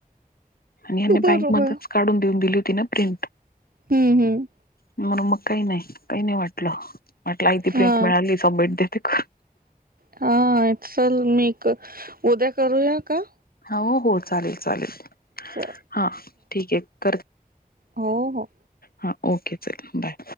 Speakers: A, on the left; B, on the right.
A: आणि ह्यांनी
B: बरोबर
A: बँक मध्येच काढून देऊन दिली होती ना प्रिंट.
B: हम्म हम
A: म्हणून मग काही नाही, काही नाही वाटलं, वाटलं आयती प्रिंट
B: हा
A: मिळाली सबमेट देते कर
B: हा चल मी क उद्या करूया का?
A: हा हो चालेल, चालेल
B: च-
A: हा ठीकयं कर,
B: हो हो
A: हा ओके चल बाय.